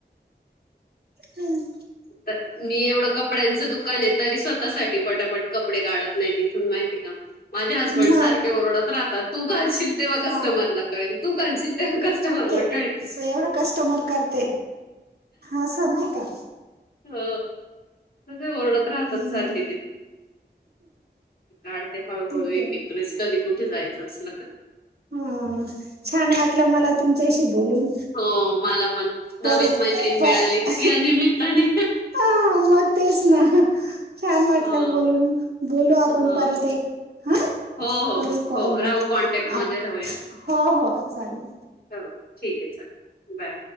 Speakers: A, on the right (about 60°); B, on the left (about 55°).
A: हम्म
B: तर मी एवढं कपड्यांचं दुकान आहे तरी स्वतःसाठी पटापट कपडे काढत नाही तिथून माहितीय का माझे हसबंड
A: मग
B: सारखे ओरडत राहतात तू घालशील तेव्हा
A: हा
B: कस्टमरला कळेल तू घालशील तेव्हा कस्टमरला क
A: एवढा कस्टमर करते असं नाही का
B: हा र्ड <inaudible> राहतात
A: हम्म
B: सारखे ते, काढते हळूहळू
A: ठीक आहे
B: एके! रिस कधी कुठे जायचं असलं का
A: हा छान वाटलं मला तुमच्याशी बोलून!
B: हो मला पण नवीन
A: परत
B: मैत्रीण
A: परत
B: मिळाली या निमित्ताने.
A: हा मग तेच ना छान वाटलं
B: हो
A: बोलून बोलू आपण
B: हो
A: परत एक हा
B: हो हो
A: करू
B: हो
A: कॉल
B: हो
A: मग
B: राहू कॉन्टॅक्ट मध्ये राहूया
A: हो हो चालेल.
B: हो ठीक आहे चालेल बाय.